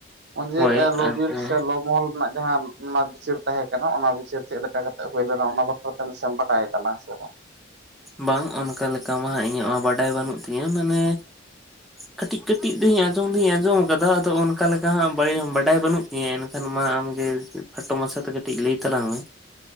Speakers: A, on the right; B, in the centre.
A: ᱚᱱ ᱡᱮ
B: ᱦᱳᱭ
A: ᱞᱚ-ᱵᱤᱨ
B: ᱟᱫᱚ
A: ᱥᱮ ᱞᱚ ᱢᱚᱦᱚᱞ ᱨᱮᱱᱟᱜ ᱡᱟᱦᱟᱸ ᱚᱱᱟ ᱵᱤᱪᱟᱹᱨ ᱛᱟᱦᱮᱸ ᱠᱟᱱᱟ ᱚᱱᱟ ᱵᱤᱪᱟᱹᱨ ᱪᱮᱫ ᱞᱮᱠᱟ ᱠᱟᱛᱮᱜ ᱦᱩᱭ ᱞᱮᱱᱟ ᱚᱱᱟ ᱵᱟᱠᱷᱨᱟ ᱛᱮ ᱵᱟᱰᱟᱭ ᱛᱟᱞᱟᱝ ᱥᱮ ᱵᱟᱝ
B: ᱵᱟᱝ ᱚᱱᱠᱟ ᱞᱮᱠᱟ ᱢᱟ ᱤᱧᱟᱹᱜ ᱢᱟ ᱵᱟᱰᱟᱭ ᱵᱟᱹᱱᱩᱜ ᱛᱤᱧᱟᱹ ᱢᱟᱱᱮ ᱠᱟᱹᱴᱤᱡ ᱠᱟᱹᱴᱤᱡ ᱫᱚᱧ ᱟᱸᱡᱚᱢ ᱫᱩᱧ ᱟᱸᱡᱚᱢ ᱟᱠᱟᱫᱟ ᱟᱫᱚ ᱚᱱᱠᱟ ᱞᱮᱠᱟ ᱦᱟᱜ ᱵᱟᱰᱟᱭ ᱵᱟᱹᱱᱩᱜ ᱟᱠᱟᱫᱟ ᱦᱮᱸ ᱮᱱᱠᱷᱟᱱ ᱢᱟ ᱟᱢᱜᱮ ᱠᱷᱟᱴᱚ ᱢᱟᱪᱷᱟᱛᱮ ᱠᱟᱹᱴᱤᱡ ᱞᱟᱹᱭ ᱛᱟᱞᱟᱝ ᱢᱮ